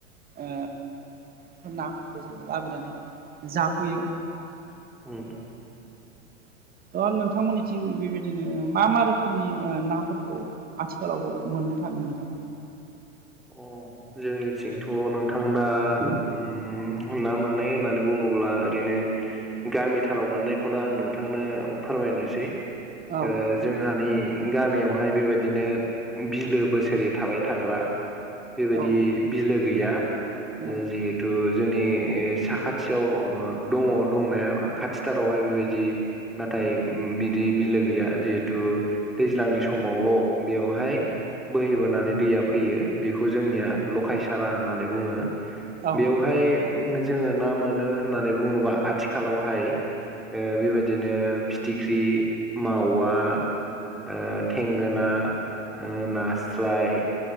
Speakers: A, on the right; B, in the centre.
A: ओ बेफोर नाफोरखौ जोङो लाबोनानै जाफैयो।
B: उम
A: ओ नोंथांमोननिथिं बेबायदिनो मा मा रोखोमनि ओ नाफोरखौ आथिखालाव मोननो थाङो नोंथां
B: अ जोंनिथिंथ' नोंथां दा उम ना मोननाय होननानै बुङोब्ला ओरैनो गामिथाराव मोननायखौनो आं नोंथांनो फोरमायनोसै
A: औ
B: ओ जोंहानि गामियावहाय बेबायदिनो बिलो बोसोरै थाबाय थाग्रा बेबायदि
A: औ
B: बिलो गैया
A: नंगौ
B: जिहे थु जोंनि ओ साखाथियाव अ' दङ दंनाया खाथिथारावहाय बेबायदि नाथाय उम बिदि बिलो गैया जिहेथु दैज्लांनि समावल' बेवहाय बोहैबोनानै दैया फैयो। बेखौ जोंनिया लखायसारा होननानै बुङो।
A: औ
B: बेवहाय जोङो ना मोनो होननानै बुङोबा आथिखालावहाय ओ बेबायदिनो फिथिख्रि, मावा ओ थेंगोना, ओ नास्राय